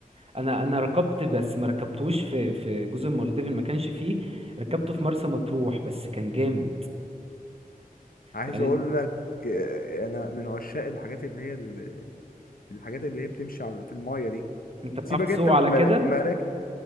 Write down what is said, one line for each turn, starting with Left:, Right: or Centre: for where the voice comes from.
Right: انا انا ركبت بس ما ركبتوش في في جزر المالديف اللي ما كانش فيه ركبته في مرسى مطروح بس كان جامد
Left: عايز
Right: يعني
Left: اقول
Right: انت
Left: لك آه، انا من عشاق الحاجات اللي هي ال- الحاجات اللي هي بتمشي على- في المايه دي
Right: أنت بتعرف
Left: سيبك
Right: تسوقه
Left: انت من
Right: على
Left: الملا-
Right: كده
Left: المراكب مراكب